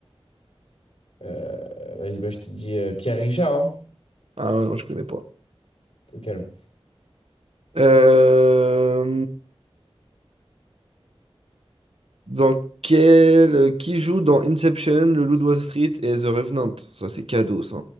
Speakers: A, on the left; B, on the right.
A: Euh, vas-y, bah, je t'ai dit euh, Pierre Richard, hein,
B: Ah ouais, non, je connais pas.
A: au calme.
B: Euh, dans quel... Qui joue dans Inception, Le Loup de Wall Street et The Revenant? Ça, c'est cadeau, ça.